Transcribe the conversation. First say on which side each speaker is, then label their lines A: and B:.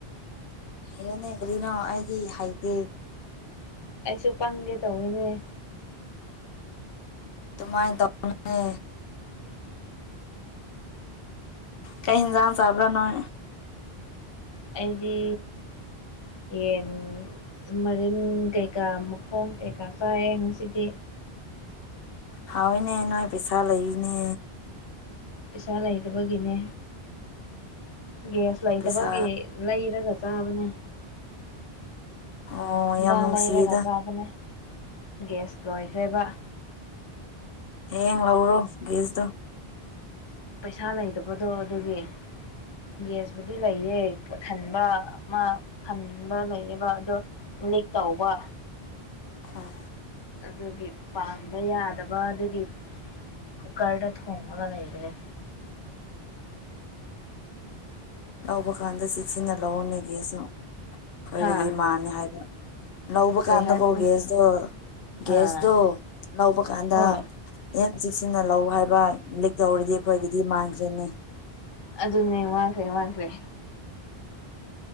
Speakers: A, on the left; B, on the left.
A: ꯍꯌꯣꯏꯅꯦ ꯀꯔꯤꯅꯣ ꯑꯩꯗꯤ ꯍꯩꯇꯦ
B: ꯑꯩꯁꯨ ꯄꯪꯒꯦ ꯇꯧꯋꯤꯅꯦ
A: ꯑꯗꯨꯃꯥꯏꯅ ꯇꯧꯅꯨꯅꯦ ꯀꯩ ꯍꯤꯟꯖꯥꯡ ꯆꯥꯕ꯭ꯔꯥ ꯅꯣꯏ
B: ꯑꯩꯗꯤ ꯌꯦꯟ ꯃꯔꯤꯟ ꯀꯩꯀꯥ ꯃꯈꯣꯡ ꯀꯩꯀꯥ ꯆꯥꯏꯌꯦ ꯉꯁꯤꯗꯤ
A: ꯍꯥꯎꯋꯤꯅꯦ ꯅꯣꯏ ꯄꯩꯁꯥ ꯂꯩꯅꯦ
B: ꯄꯩꯁꯥ ꯂꯩꯇꯕꯒꯤꯅꯦ ꯒ꯭ꯌꯥꯁ ꯂꯩꯇꯕꯒꯤ
A: ꯄꯩꯁꯥ
B: ꯂꯩꯔꯒ ꯆꯥꯕꯅꯦ
A: ꯑꯣ
B: ꯏꯟꯖꯥꯡ
A: ꯌꯥꯝ ꯅꯨꯡꯁꯤꯌꯦꯗ
B: ꯂꯩꯔꯒ ꯆꯥꯕꯅꯦ ꯒ꯭ꯌꯥꯁ ꯂꯣꯏꯈ꯭ꯔꯦꯕ
A: ꯍꯌꯦꯡ ꯂꯧꯔꯣ ꯒꯦꯁꯇꯣ
B: ꯄꯩꯁꯥ ꯂꯩꯇꯕꯗꯣ ꯑꯗꯨꯒꯤ ꯒꯦꯁꯕꯨꯨꯗꯤ ꯂꯩꯌꯦ ꯄꯣꯊꯟꯕ ꯑꯃ ꯊꯟꯕ ꯂꯩꯌꯦꯕ ꯑꯗꯣ ꯂꯤꯛ ꯇꯧꯕ
A: ꯑꯝ
B: ꯑꯗꯨꯒꯤ ꯄꯥꯟꯕ ꯌꯥꯗꯕ ꯑꯗꯨꯒꯤ ꯀꯨꯀꯔꯗ ꯊꯣꯡꯉꯒ ꯂꯩꯕꯅꯤ
A: ꯂꯧꯕ ꯀꯥꯟꯗ ꯆꯦꯛꯁꯤꯟꯅ ꯂꯧꯑꯣꯅꯦ ꯑꯩꯈꯣꯏꯒꯤꯗꯤ
B: ꯍꯥ
A: ꯃꯥꯟꯅꯤ ꯍꯥꯏꯕ ꯂꯧꯕ
B: ꯀꯩ
A: ꯀꯥꯟꯗꯀꯣ
B: ꯍꯥꯏꯕꯅꯣ
A: ꯒꯦꯁꯗꯣ ꯒꯦꯁꯗꯣ
B: ꯑꯥ
A: ꯂꯧꯕ ꯀꯥꯟꯗ
B: ꯍꯣꯏ
A: ꯌꯥꯝ ꯆꯦꯛꯁꯤꯟꯅ ꯂꯧ ꯍꯥꯏꯕ ꯂꯤꯛ ꯇꯧꯔꯗꯤ ꯑꯩꯈꯣꯏꯒꯤꯗꯤ ꯃꯥꯡꯈ꯭ꯔꯦꯅꯦ
B: ꯑꯗꯨꯅꯦ ꯃꯥꯡꯈ꯭ꯔꯦ ꯃꯥꯡꯈ꯭ꯔꯦ